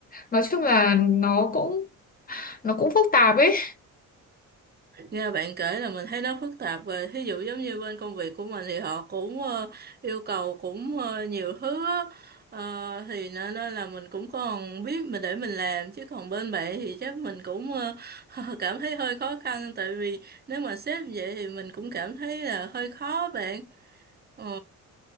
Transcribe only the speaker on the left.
nói chung là nó cũng nó cũng phức tạp ấy